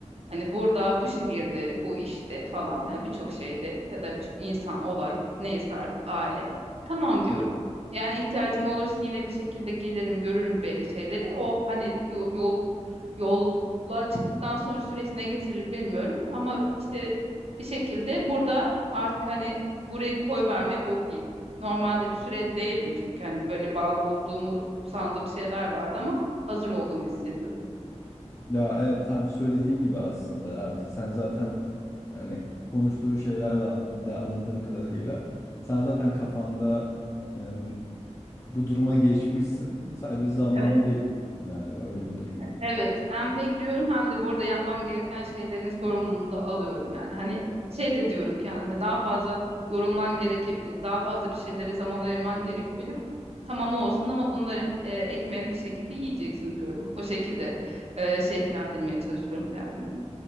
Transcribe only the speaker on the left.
E,
Ya evet tam söylediğin gibi aslında artık sen zaten hani konuştuğun şeyler de, de anladığım kadarıyla sen zaten kafanda e, bu duruma geçmişsin sadece zamanı
bekliyorsun galiba öyle bir durum var.